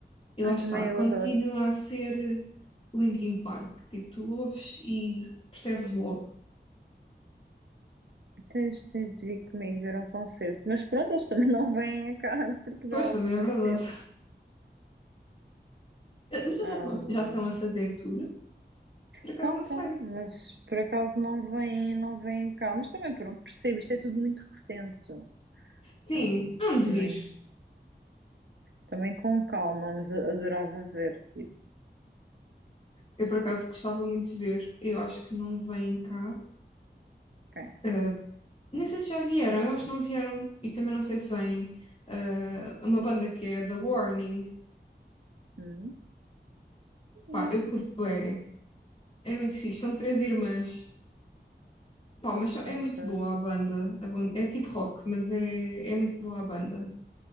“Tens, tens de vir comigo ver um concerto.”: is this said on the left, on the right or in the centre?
Right